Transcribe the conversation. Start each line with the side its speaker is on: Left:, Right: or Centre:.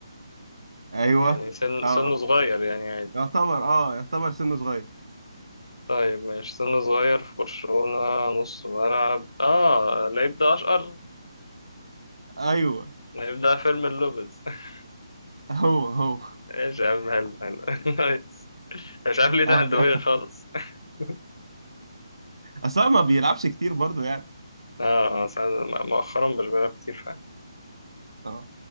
Right: ايوه
Left: يعني سن
Right: اه
Left: سنه صغير يعني عادي
Right: يعتبر اه يعتبر سنه صغير
Left: طيب ماشي سنه صغير في برشلونة نص ملعب اه اللعيب ده اشقر
Right: ايوه
Left: اللعيب ده فيرمين لوبيز <laughs>
Right: هو هو <laughs>
Left: ايش يا عم هلا هلا <laughs> نايس مش عارف ليه تحت
Right: هبدأ
Left: دماغي خالص <laughs>
Right: اصل هو ما بيلعبش كتير برضو يعني
Left: اه اه ساعات مؤخرا مش بلعب كتير فعلا
Right: اه